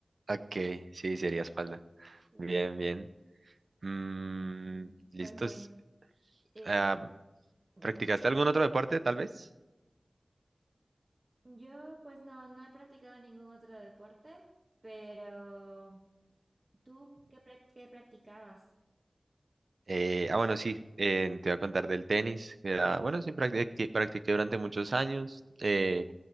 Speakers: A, on the right; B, on the right.
A: Ok, sí, sería espalda.
B: Sí,
A: Bien, bien. Mm,
B: sí.
A: ¿listos?
B: Pues bueno, eh,
A: Ah,
B: yo,
A: ¿practicaste
B: yo,
A: algún otro deporte, tal vez?
B: yo, pues no, no he practicado ningún otro deporte, pero... ¿Tú qué, prac- qué practicabas?
A: Eh, ah, bueno, sí, eh, te voy a contar del tenis. que era- bueno, sí, practiqué, practiqué durante muchos años. eh,